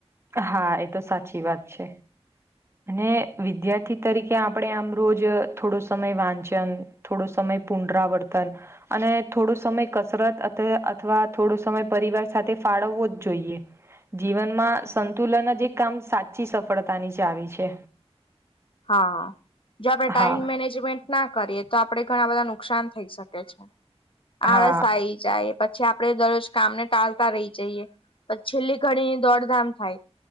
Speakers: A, on the right; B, on the left.
A: હા એ તો સાચી વાત છે અને વિદ્યાર્થી તરીકે આપણેે આમ રોજ થોડો સમય વાંચન થોડો સમય પુનરાવર્તન અને થોડો સમય કસરત અથવા થોડો સમય પરિવાર સાથે ફાળવવો જ જોઈએ જીવનમાં સંતુલન જે કામ સાચી સફળતાની ચાવી છે
B: હા જે આપણે ટાાઈમ
A: હા
B: મેનેજમેન્ટ ના કરીએ તો આપડે ઘણા બધા નુકસાન થઈ શકે છે
A: હા
B: આળસ આવી જાય પછી પછી આપડે દરરોજ કામને ટાલતા રહી જઈએ પછ છેલ્લી ઘડીની દોડધામ થાય